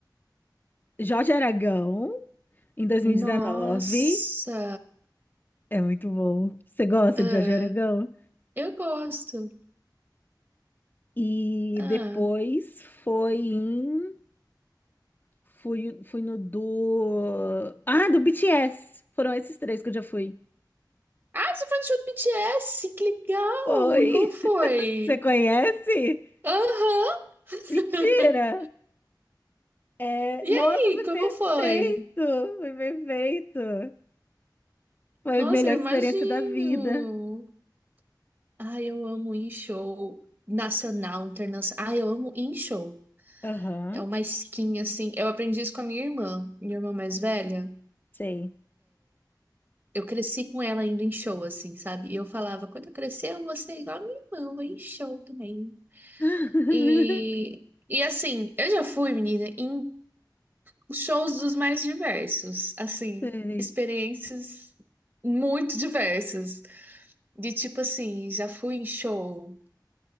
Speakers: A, on the left (about 25°); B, on the right (about 25°).
A: Jorge Aragão, em 2019.
B: Nossa.
A: É muito bom. Você gosta
B: Ah.
A: de Jorge Aragão?
B: Eu gosto.
A: E
B: Ah.
A: depois foi em Fui, fui no do. Ah, do BTS. Foram esses três que eu já fui.
B: Ah, você foi no show do BTS? Que legal!
A: oi
B: E como foi?
A: <laughs> Você conhece?
B: Aham! <laughs>
A: Mentira! É...
B: E
A: Nossa,
B: aí,
A: foi
B: como
A: perfeito!
B: foi?
A: Foi perfeito! Foi
B: Nossa,
A: a melhor
B: eu
A: experiência
B: imagino!
A: da vida.
B: Ai, eu amo ir em show nacional, internacional. Ai, eu amo ir em show.
A: Aham,
B: É uma skin, assim. Eu aprendi isso com a minha irmã, minha irmã mais velha.
A: sei.
B: Eu cresci com ela indo em show, assim, sabe? E eu falava, quando eu crescer, eu vou ser igual a minha irmã, eu vou ir em show também.
A: <laughs>
B: E, e assim, eu já fui, menina, em Shows dos mais diversos, assim,
A: Sei.
B: experiências muito diversas. De tipo assim, já fui em show